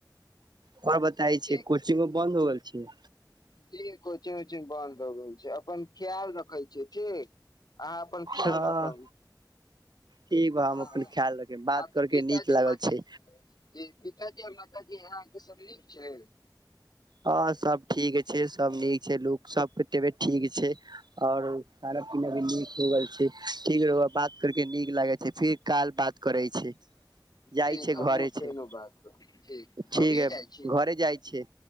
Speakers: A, on the right; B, on the left.
A: आओर बताय
B: ठीक
A: छै कोचिंगो बन्द हो गेल छै
B: जी कोचिंग उचिंग बंन्द हो गेल छै अपन ख्याल रखे छी ठीक अहाँ अपन ख्याल
A: हँ
B: रखब
A: ठीक बा
B: हँ
A: हम अपन ख्याल रखे बात
B: आ
A: करके
B: पिताजी
A: नीक लागल
B: माँ के
A: छै
B: पिताजी आ माताजी अहाँके सब नीक छै
A: हँ सब ठीक छै सब नीक छै लोक सब तबियत ठीक छै आओर खाना पीना भी नीक हो गेल छै ठीक रउआ बात करके नीक लागै छै फिर काल बात करै छी जाइ
B: ठीक
A: छै
B: हमहुँ
A: घरे छै
B: बात ठीक
A: ठीके
B: अभिये जाइ छी
A: घरे जाइ छै